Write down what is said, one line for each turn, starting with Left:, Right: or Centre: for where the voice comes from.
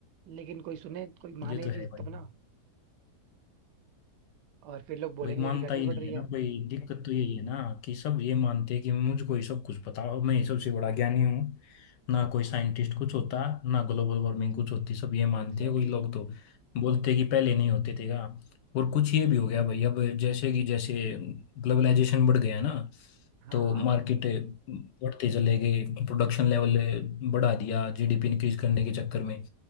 Right: लेकिन कोई सुने कोई
Left: ये
Right: माने
Left: तो
Right: चीज
Left: है भाई
Right: तब ना और फिर लोग बोलेंगे
Left: भाई मानता
Right: कि गर्मी
Left: ही
Right: बढ़
Left: नहीं
Right: रही
Left: है
Right: है
Left: ना कोई दिक्कत तो यही है ना कि सब ये मानते हैं कि मुझको ही सब कुछ पता हो मैं ही सबसे बड़ा ज्ञानी हूँ ना कोई साइंटिस्ट कुछ होता ना ग्लोबल वार्मिंग कुछ होती सब ये मानते
Right: एग्जैक्टली
Left: हैं कोई लोग
Right: exactly,
Left: तो बोलते हैं कि पहले नहीं होते थे का और कुछ ये भी हो गया भाई अब जैसे कि जैसे ग्लोबलाइजेशन बढ़ गया ना
Right: हाँ
Left: तो
Right: हाँ
Left: मार्केट बढ़ते चले गए प्रोडक्शन लेवल बढ़ा दिया जीडीपी इंक्रीज करने के चक्कर में